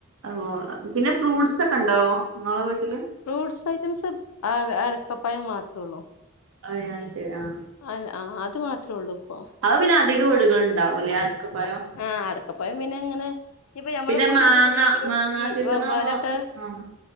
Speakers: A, on the right; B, on the left.
A: ഓഹ് പിന്നെ ഫ്രൂട്ട്സ് ഒക്കെ ഉണ്ടോ ഇങ്ങളെ വീട്ടില്
B: ഫ്രൂട്സ് ഐറ്റംസ് ആ അടക്കപ്പയം മാത്രൊള്ളൂ
A: അയ് ആഹ് ശരി ആഹ്
B: അല്ല ആ അത് മാത്രേ ഉള്ളൂ ഇപ്പൊ
A: അത് പിന്നെ അധിക വീടുകൾള് ഉണ്ടാവൂല്ലേ അടക്കപ്പയം
B: ആഹ് അടക്കപ്പയം പിന്നെ ഇങ്ങനെ ഇപ്പൊ ഞമ്മള്
A: പിന്നെ
B: കുഴിച്ചിട്ടിട്ടില്ലെങ്കിലും
A: മാങ്ങ മാങ്ങാ
B: ഈ
A: സീസൺ
B: വവ്വലൊക്കെ
A: ആവുമ്പോ ആഹ്